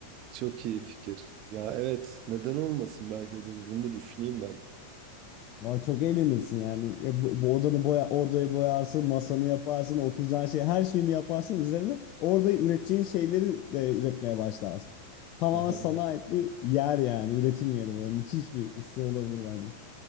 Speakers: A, on the right; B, on the left.
A: Çok iyi fikir. Ya evet, neden olmasın? Belki dur bunu da düşüneyim ben.
B: Valla çok eğlenirsin yani. E, bu, bu odanı boya, odayı boyarsın, masanı yaparsın, oturacağın şey, her şeyini yaparsın üzerine. Orada üreteceğin şeyleri de üretmeye başlarsın. Tamamen
A: <laughs> Aha.
B: sana ait bir yer yani, üretim yeri böyle. Müthiş bir hissi olabilir bence.